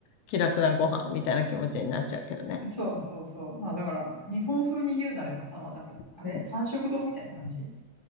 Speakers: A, on the left; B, on the left.
A: 気楽なご飯みたいな気持ちになっちゃうけどね。
B: そうそうそう。まあだから、日本風に言うなればさ、まあなんか、あれ三色丼みたいな感じ
A: うん。<laughs>